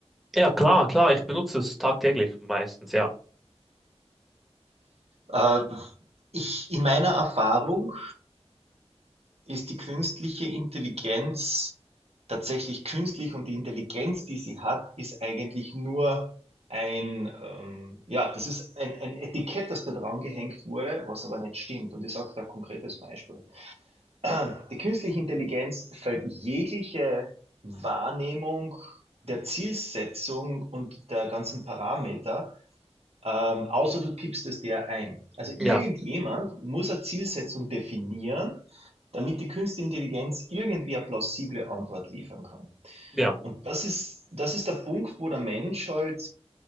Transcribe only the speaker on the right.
Ähm, ich, in meiner Erfahrung ist die künstliche Intelligenz tatsächlich künstlich und die Intelligenz, die sie hat, ist eigentlich nur ein, ähm, ja, das ist ein, ein Etikett, das da dran gehängt wurde, was aber nicht stimmt. Und ich sage da ein konkretes Beispiel. <clears throat> Die künstliche Intelligenz fällt jegliche Wahrnehmung der Zielsetzung und der ganzen Parameter Ähm, außer du tippst es der ein. Also
irgendjemand muss eine Zielsetzung definieren, damit die künstliche Intelligenz irgendwie eine plausible Antwort liefern kann.
Und das ist, das ist der Punkt, wo der Mensch halt